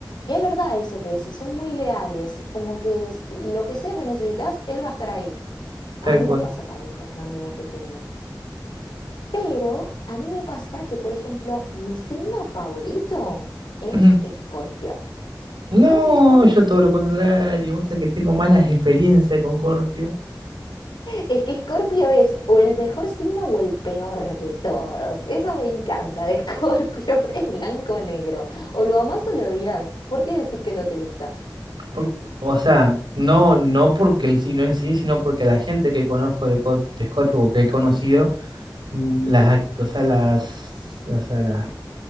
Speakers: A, on the left; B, on the right.
A: y es verdad eso que decís, son muy leales, como que es- lo que sea que necesitas, él va a estar ahí.
B: tal
A: A mí
B: cual.
A: me pasa también con una amiga que tengo. Pero a mí me pasa que, por ejemplo, mi signo favorito es
B: Ujú.
A: Escorpio.
B: No,
A: Escorpio está bueno.
B: yo todo lo contrario, vos sabés que tengo malas experiencias con Corpio.
A: Es que Escorpio es o el mejor signo o el peor de todos. Eso me encanta de Escorpio. <laughs> Es blanco o negro. O lo amás o lo odias. ¿Por qué decís que no te gusta?
B: por- o sea, no, no porque el signo en sí, sino porque la gente que conozco de, Corp- de Scorpio o que he conocido, mm,
A: Ujú,
B: las, act- o sea, las, o sea, las,